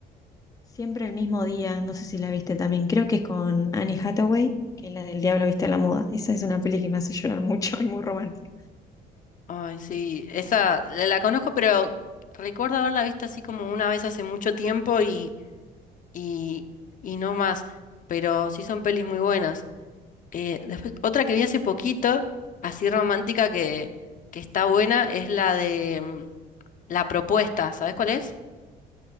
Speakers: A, on the left; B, on the left.
A: siempre el mismo día, no sé si la viste también, creo que es con Annie Hathaway, que es la del Diablo viste a la moda. Esa es una peli
B: Sí.
A: que me hace llorar mucho <laughs> y muy romántica.
B: Ay, sí, esa la la conozco, pero recuerdo haberla visto así como una vez hace mucho tiempo y, y, y no más, pero sí son pelis muy buenas. Eh, después, otra que vi hace poquito, así romántica que, que está buena, es la de mm, La Propuesta, ¿sabes cuál es?